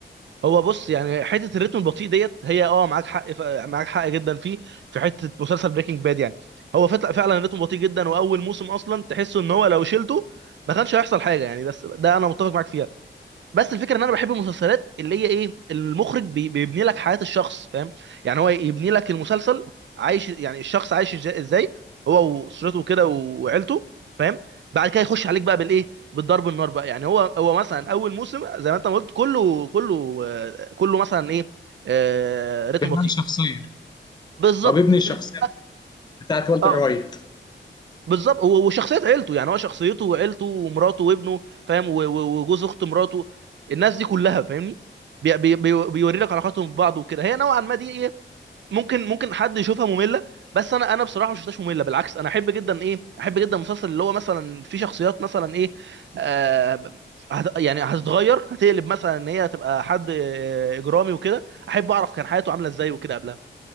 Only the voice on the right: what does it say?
هو بص يعني حته الريتم البطيء ديت هي اه معاك حق ف... معاك حق جدا فيه في حته مسلسل بريكنج باد يعني هو فت- فعلا الريتم بطيء جدا واول موسم اصلا تحسه ان هو لو شلته ما كانش هيحصل حاجه يعني بس ده انا متفق معاك فيها بس الفكره ان انا بحب المسلسلات اللي هي ايه المخرج بي- بيبني لك حياه الشخص فاهم يعني هو يبني لك المسلسل عايش يعني الشخص عايش إج- ازاي هو واسرته كده وعيلته فاهم بعد كده يخش عليك بقى بالايه بالضرب النار بقى يعني هو هو مثلا اول موسم زي ما انت ما قلت كله كله آه، كله مثلا ايه آه، رتم
بطيء
بالظبط
بيبني لك
اه
بالظبط هو وشخصيه عيلته يعني هو شخصيته وعيلته ومراته وابنه فاهم و- و- وجوز اخت مراته الناس دي كلها فاهمني بي بي بي بيوري لك علاقاتهم ببعض وكده هي نوعا ما دي ايه ممكن ممكن حد يشوفها ممله بس انا انا بصراحه ما شفتهاش ممله بالعكس انا احب جدا ايه احب جدا المسلسل اللي هو مثلا فيه شخصيات مثلا ايه آه هت- يعني هتتغير هتقلب مثلا ان هي هتبقى حد آه، اجرامي وكده احب اعرف كان حياته عامله ازاي وكده قبلها